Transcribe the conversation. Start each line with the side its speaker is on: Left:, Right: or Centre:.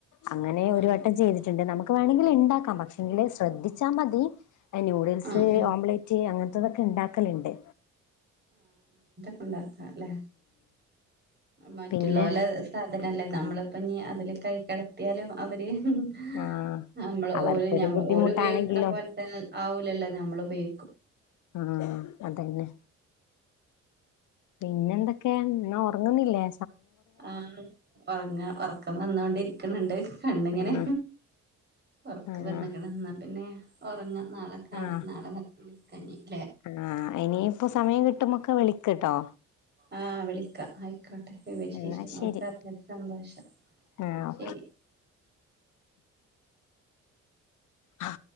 Left: അങ്ങനേ
Right: ആഹ്
Left: ഒരു
Right: ആഹ്
Left: വട്ടം
Right: ഉം
Left: ചെയ്തിട്ടുണ്ട് നമുക്ക് വേണങ്കിൽ ഇണ്ടാക്കാം പക്ഷെങ്കില് ശ്രദ്ധിച്ചാൽ മതി നൂഡിൽ
Right: ആഹ്
Left: സ്,
Right: ഉം
Left: ഓംലറ്റ് അങ്ങന്ത്തതൊക്കെ ഇണ്ടാക്കലുണ്ട്.
Right: ഉണ്ടാക്ക ല്ലേ മറ്റുള്ളോലെ
Left: പിന്നെ
Right: സാധനല്ലേ നമ്മള്. അപ്പം ഞ്ഞ് അതിൽ കൈ കടത്തിയാലും അവര് ഹ് ഹ്
Left: ആഹ്
Right: നമ്മള്
Left: അവർക്കൊരു
Right: ഓല് ഞമ്മൾ
Left: ബുദ്ധിമുട്ടാണെങ്കിലും
Right: ഓല് ഉപയോഗിക്ക്ണ പോലെ തന്നെ ആവൂലല്ലോ നമ്മൾ ഉപയോ
Left: ഉം അത് തന്നെ പിന്നെന്തൊക്കെ ന്നാ ഒർങ്ങുന്നില്ലേ?
Right: ആഹ് ഒർങ്ങ ഒർക്കം വന്നോണ്ടിരിക്ക്ണണ്ട്. കണ്ണ്ങ്ങനെ
Left: ആഹ്
Right: ഒർക്കം
Left: ആഹ്
Right: വന്ന്ക്ക്ണ് ന്നാ പിന്നെ ഒറങ്ങ. നാളെ കാണ
Left: ആഹ്
Right: നാളെ വിളിക്കഞ്ഞിപ്പം
Left: ആഹ് ഇനിയിപ്പോ സമയം കിട്ടുമ്പോക്കെ വിളിക്ക് ട്ടോ.
Right: ആഹ് വിളി ക്ക ആയിക്കോട്ടെ വിശേഷങ്ങളൊക്കെ
Left: എന്നാ ശരി
Right: അറിഞ്ഞതി സന്തോഷം
Left: ആഹ് ഓക്കെ.
Right: ശെരി. <inaudible>
Left: ഹാ.